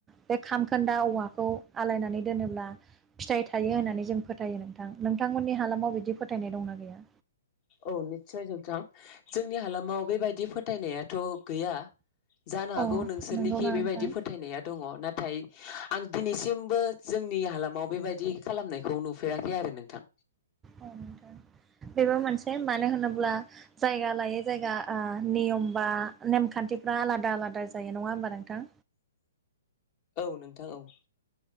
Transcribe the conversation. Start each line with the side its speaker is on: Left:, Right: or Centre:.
Right: बे खामखोन्दा औवाखौ आलायनानै दोनोब्ला फिथाइ थायो होननानै जों फोथायो नोंथां नोंथांमोननि हालामाव बिदि फोथायनाय दंना गैया
Left: औ निस्सय जोंथां जोंनि हालामाव बेबायदि फोथायनायाथ' गैया जानो हागौ
Right: अ
Left: नोंसोरनिखि
Right: नंगौना नोंथां
Left: बेबायदि फोथायनाया दङ नाथाय आं दिनैसिमबो जोंनि हालामाव बेबायदि खालामनायखौ नुफेराखै आरो नोंथां
Right: औ नोंथां बेबो मोनसे मानो होनोब्ला जायगा लायै जायगा ओ नियम बा नेमखान्थिफ्रा आलादा आलादा जायो नङा होमबा नोंथां
Left: औ नोंथां औ